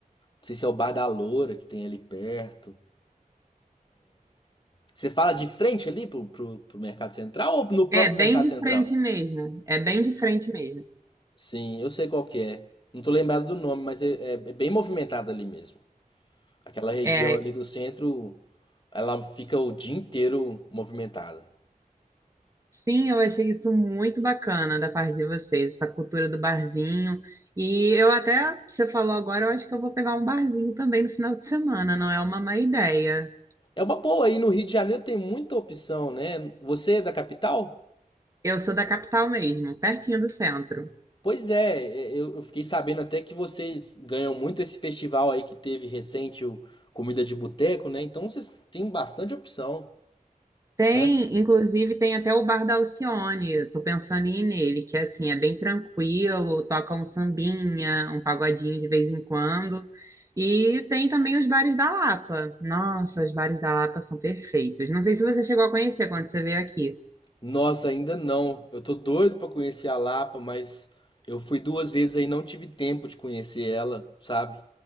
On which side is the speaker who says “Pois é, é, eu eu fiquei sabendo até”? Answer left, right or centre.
Left